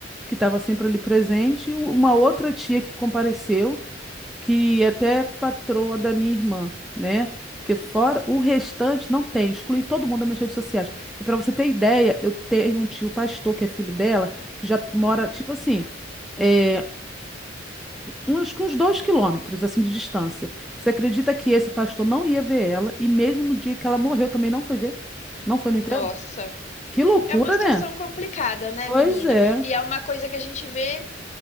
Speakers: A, in the centre; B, on the left.
A: Que estava sempre ali presente, e u- uma outra tia que compareceu, que é até patroa da minha irmã, né? Porque fora o restante não tem, excluí todo mundo das minhas redes sociais. E para você ter ideia, eu tenho um tio pastor que é filho dela, que já mora, tipo assim. eh, uns, uns dois quilômetros assim de distância. Você acredita que esse pastor não ia ver ela e mesmo no dia que ela morreu também não foi ver? Não foi no
B: nossa.
A: enterro? Que loucura,
B: É uma situação
A: né?
B: complicada, né,
A: Pois
B: menina?
A: é.
B: E é uma coisa que a gente vê.